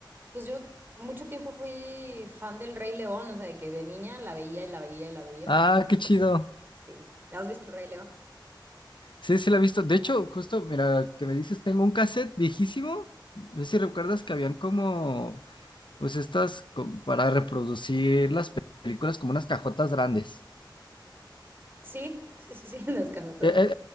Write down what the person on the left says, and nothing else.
Ah, qué chido.
Sí, sí lo he visto. De hecho, justo, mira, que me dices, tengo un cassette viejísimo. No sé si recuerdas que habían como, pues estas, co- para reproducir las pe- películas como unas cajotas grandes.
Eh,
eh,